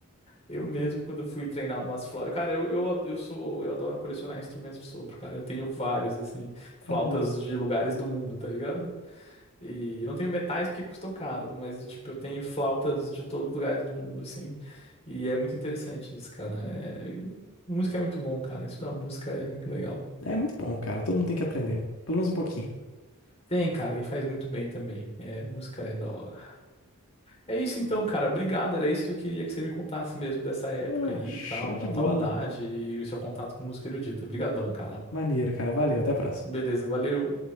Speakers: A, on the left; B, on the left.
A: Eu
B: Ent-
A: mesmo, quando eu fui treinar umas flautas. Cara, eu, eu, eu sou. Eu adoro colecionar instrumentos de sopro, cara. Eu tenho vários, assim, flautas
B: Ah, maneiro.
A: de lugares do mundo, tá ligado? E eu não tenho metais porque custam caros, mas, tipo, eu tenho flautas de todos os lugares do mundo, assim. E é muito interessante isso, cara. É... Música é muito bom, cara. Isso da música é muito legal.
B: É muito bom, cara. Todo mundo tem que aprender, pelo menos um pouquinho.
A: Tem, cara, e faz muito bem também. É, música é da hora. É isso então, cara. Obrigado. Era isso que eu queria que você me contasse mesmo dessa época
B: Ô,
A: aí
B: show
A: e tal,
B: de
A: na
B: bola.
A: faculdade e o seu contato com música erudita. Obrigadão, cara.
B: Maneiro, cara. Valeu, até a próxima.
A: Beleza, valeu.